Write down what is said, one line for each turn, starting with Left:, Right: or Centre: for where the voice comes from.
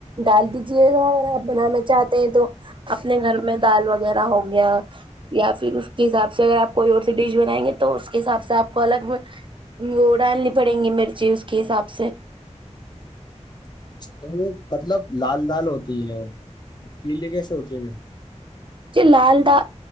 Right: ڈال دی اگر آپ بنانا چاہتے ہیں تو اپنے گھر میں دال وغیرہ ہوگی یا یا پھر اس کے حساب سے اگر آپ کوئی اور سی ڈش بنائیں گے تو اس کے حساب سے آپ کو الگ وہ ا ڈالنی پڑیں گی مرچی اس کے حساب سے
Left: اچھا تو وہ مطلب لال دال ہوتی ہے ن وہ پیلے کیسے ہوتے ہیں
Right: لال دا